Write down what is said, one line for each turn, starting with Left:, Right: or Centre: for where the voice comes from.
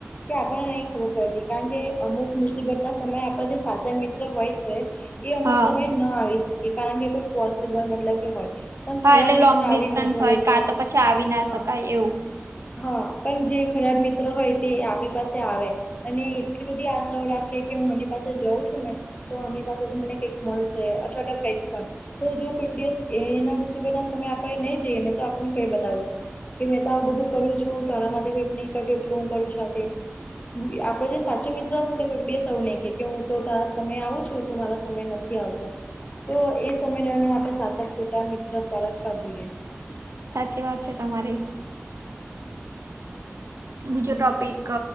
Left: કે આપણને નહી ખબર પડે કારણ કે અમુક મુસીબતના સમયે આપણા જે સાચા મિત્ર હોય છે. એ અમુક
Right: હા
Left: સમય ન આવી શકે કારણ કે કોઈ પોસિબલ મતલબ કે હોય, પણ
Right: હા
Left: ખરાબ
Right: એટલે
Left: મિત્ર
Right: લોંગ ડિસ્ટન્સ
Left: આવીને
Right: હોય
Left: રહેશે
Right: કાંતો પછી આવી ના
Left: હા
Right: શકાય એવું.
Left: હા, પણ જે ખરાબ મિત્રો હોય તે આપણી પાસે આવે. અને એટલી બધી આશાઓ રાખે કે હું એની પાસે જાઉં છું ને. તો એમની પાસેથી મને કંઈક મળશે અથવા કંઈક પણ. તો જો કોઈક દિવસ એના મુસીબતના સમયે આપણે નહી જઈએ ને તો આપણને કઈ બતાવશે. કે મેં ત તો બધું કરું છું, તારા માટે કઈક નહી કર્યું એટલું હું કરું સાથે. આપણો જે સાચો મિત્રો છે ને તે કોઇ દિવસ એવું નહીં કે હું તો તારા સમય આવું છું, તું મારા સમય નથી નથી આવતો. તો એ સમય દરમિયાન આપણે સાચા ખોટા મિત્ર પારખવા જોઈએ.
Right: સાચી વાત છે, તમારી.
Left: હમ્મ.
Right: બીજો ટોપિક